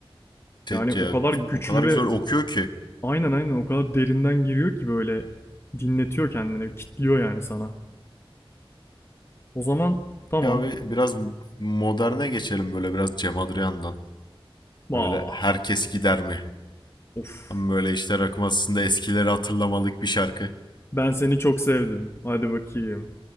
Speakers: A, on the left; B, on the left.
A: Te-
B: Yani
A: ce-
B: o kadar güçlü
A: O kadar
B: ve
A: güzel okuyor ki.
B: Aynen aynen o kadar derinden giriyor ki böyle dinletiyor kendini, kitliyor yani sana. O zaman tamam.
A: Ya abi biraz moderne geçelim böyle biraz Cem Adrian'dan.
B: Bah.
A: Böyle herkes gider mi?
B: Of.
A: Ama böyle işte rakım aslında eskileri hatırlamalık bir şarkı.
B: Ben seni çok sevdim. Hadi bakayım.